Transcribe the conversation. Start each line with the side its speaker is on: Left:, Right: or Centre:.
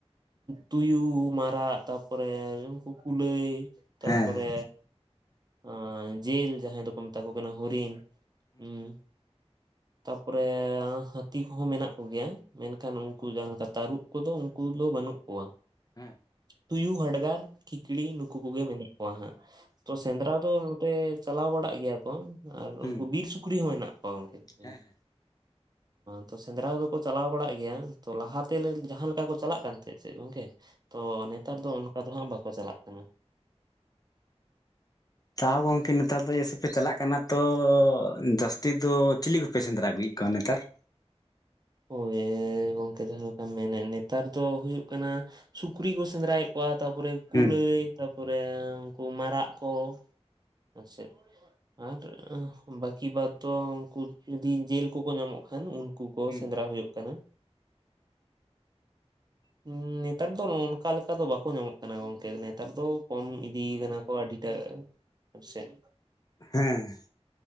Right: ᱛᱩᱭᱩ, ᱢᱟᱨᱟᱜ, ᱛᱟᱨᱯᱚᱨᱮ ᱩᱱᱠᱩ ᱠᱩᱞᱟᱹᱭ ᱛᱟᱯᱚᱨᱮ
Left: ᱦᱮᱸ
Right: ᱟᱸ ᱡᱤᱞ ᱡᱟᱦᱟᱸᱭ ᱫᱚᱠᱚ ᱢᱮᱛᱟ ᱠᱚ ᱠᱟᱱᱟ ᱦᱚᱨᱤᱱ ᱦᱩᱸ ᱛᱟᱯᱚᱨᱮ ᱦᱟᱹᱛᱤ ᱠᱚᱦᱚᱸ ᱢᱮᱱᱟᱜ ᱠᱚᱜᱮᱭᱟ ᱢᱮᱱᱠᱷᱟᱱ ᱩᱱᱠᱩ ᱡᱟᱦᱟᱸ ᱞᱮᱠᱟ ᱛᱟᱹᱨᱩᱵ ᱠᱩᱫᱚ ᱩᱱᱠᱩ ᱫᱚ ᱵᱟᱹᱱᱩᱜ ᱠᱚᱣᱟ ᱾
Left: ᱦᱮᱸ ᱾
Right: ᱛᱩᱭᱩ, ᱦᱟᱰᱜᱟᱨ, ᱠᱷᱤᱠᱲᱤ ᱱᱩᱠᱩ ᱠᱚᱜᱮ ᱢᱮᱱᱟᱜ ᱠᱚᱣᱟ ᱦᱟᱸᱜ ᱛᱚ ᱥᱮᱸᱫᱽᱨᱟ ᱫᱚ ᱱᱚᱛᱮ ᱪᱟᱞᱟᱣ ᱵᱟᱲᱟᱜ ᱜᱮᱭᱟ ᱠᱚ ᱟᱨ
Left: ᱦᱩᱸ
Right: ᱩᱱᱠᱩ ᱵᱤᱨ ᱥᱩᱠᱨᱤ ᱦᱚᱸ ᱦᱮᱱᱟᱜ ᱠᱚᱣᱟ ᱜᱚᱝᱠᱮ ᱾
Left: ᱦᱮᱸ ᱦᱮᱸ ᱾
Right: ᱛᱚ ᱥᱮᱸᱫᱽᱨᱟ ᱫᱚᱠᱚ ᱪᱟᱞᱟᱣ ᱵᱟᱲᱟᱜ ᱜᱮᱭᱟ ᱛᱚ ᱞᱟᱦᱟᱛᱮ ᱡᱟᱦᱟᱸ ᱞᱮᱠᱟ ᱠᱚ ᱪᱟᱞᱟᱜ ᱠᱟᱱ ᱛᱟᱦᱮᱸᱫ ᱥᱮ ᱜᱚᱝᱠᱮ ᱛᱚ ᱱᱮᱛᱟᱨ ᱫᱚ ᱚᱱᱠᱟ ᱫᱚ ᱦᱟᱸᱜ ᱵᱟᱠᱚ ᱪᱟᱞᱟᱜ ᱠᱟᱱᱟ ᱾
Left: ᱛᱟᱣ ᱦᱚᱸ ᱜᱚᱝᱠᱮ ᱱᱮᱛᱟᱨ ᱫᱚ ᱡᱟᱹᱭᱥᱮ ᱯᱮ ᱪᱟᱞᱟᱜ ᱠᱟᱱᱟ ᱛᱚ ᱡᱟᱹᱥᱛᱤ ᱫᱚ ᱪᱤᱞᱤ ᱠᱚᱯᱮ ᱥᱮᱸᱫᱽᱨᱟ ᱟᱹᱜᱩᱭᱮᱫ ᱠᱚᱣᱟ ᱱᱮᱛᱟᱨ ᱾
Right: ᱳᱭ ᱜᱚᱝᱠᱮ ᱡᱟᱦᱟᱸ ᱞᱮᱠᱟᱢ ᱢᱮᱱᱮᱫ ᱱᱮᱛᱟᱨ ᱫᱚ ᱦᱩᱭᱩᱜ ᱠᱟᱱᱟ ᱥᱩᱠᱨᱤ ᱠᱚ ᱥᱮᱸᱫᱽᱨᱟᱭᱮᱫ ᱠᱚᱣᱟ ᱛᱟᱨᱯᱚᱨᱮ ᱠᱩᱞᱟᱹᱭ
Left: ᱦᱩᱸ
Right: ᱛᱟᱯᱚᱨᱮ ᱩᱱᱠᱩ ᱢᱟᱨᱟᱜ ᱠᱚ ᱟᱨ ᱪᱮᱫ ᱾ ᱟᱨ ᱵᱟᱹᱠᱤ ᱵᱟᱫᱽᱷᱚ ᱩᱱᱠᱩ ᱡᱩᱫᱤ ᱡᱮᱞ ᱠᱚᱠᱚ ᱧᱟᱢᱚᱜ ᱠᱷᱟᱱ ᱩᱱ ᱩᱱᱠᱩ ᱠᱚ
Left: ᱦᱩᱸ
Right: ᱥᱮᱸᱫᱽᱨᱟ ᱦᱩᱭᱩᱜ ᱠᱟᱱᱟ ᱾ ᱦᱩ ᱱᱮᱛᱟᱨ ᱫᱚ ᱱᱚᱜ ᱱᱚᱝᱠᱟ ᱞᱮᱠᱟ ᱚᱱᱠᱟ ᱫᱚ ᱵᱟᱠᱚ ᱧᱟᱢᱚᱜ ᱠᱟᱱᱟ ᱜᱚᱝᱠᱮ ᱱᱮᱛᱟᱨ ᱫᱚ ᱠᱚᱢ ᱤᱫᱤ ᱠᱟᱱᱟ ᱠᱚ ᱟᱹᱰᱤ ᱴᱟᱜ, ᱟᱞᱮ ᱥᱮᱫ ᱾
Left: ᱦᱮᱸ ᱾